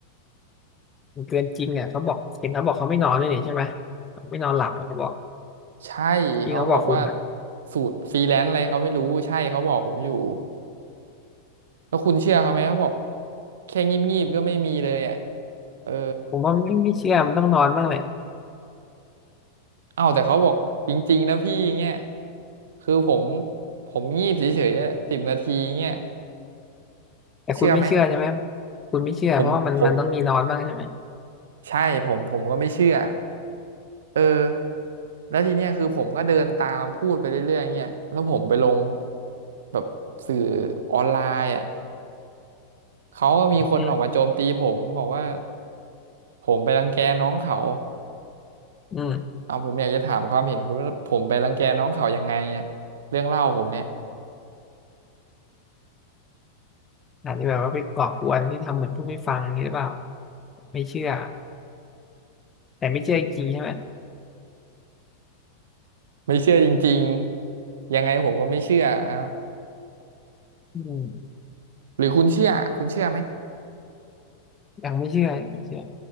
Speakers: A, on the left; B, on the right.
A: เกินจริงอ่ะเขาบอกเห็นเขาบอกเขาไม่นอนเลยนี่ใช่ไหมเขาไม่นอนหลับอะเขาบอก
B: ใช่เขาบอกว่า
A: ที่เขาบอกคุณอ่ะ
B: สูตรฟรีแลนซ์อะไรเขาไม่รู้ใช่เขาบอกผมอยู่แล้วคุณเชื่อเขาไหมเขาบอก แค่งีบงีบก็ไม่มีเลยอ่ะเออ
A: ผมว่าไม่ไม่เชื่อมันต้องนอนบ้างแหละ
B: เอ้าแต่เขาบอกจริงๆนะพี่เงี้ยคือผมผมงีบเฉยๆอะสิบนาทีเงี้ย
A: แต่คุณไม่เชื่อใช่ไหม
B: เชื่อไหม
A: คุณไม่เชื่อเพราะว่ามันมันต้องมีนอนบ้างใช่ไหม
B: ผมผมใช่ผมผมก็ไม่เชื่อเออแล้วทีเนี้ยคือผมก็เดินตามพูดไปเรื่อยๆเงี้ยแล้วผมไปลงแบบสื่อออนไลน์อ่ะเขาก็มีคนออกมาโจมตีผมบอกว่า
A: อืม
B: ผมไปรังแกน้องเขา
A: อืม
B: เอาผมอยากจะถามความเห็นคุณว่าผมไปรังแกน้องเขายังไงอ่ะเรื่องเล่าผมเนี่ย
A: อาจจะแบบว่าไปก่อกวนที่ทำเหมือนผู้ไม่ฟังอย่างนี้หรือเปล่าไม่เชื่อแต่ไม่เชื่อจริงๆใช่ไหม
B: ไม่เชื่อจริงๆยังไงผมก็ไม่เชื่อเอ้า
A: อืม
B: หรือคุณเชื่อคุณเชื่อไหม
A: ยังไม่เชื่อยังไม่เชื่อ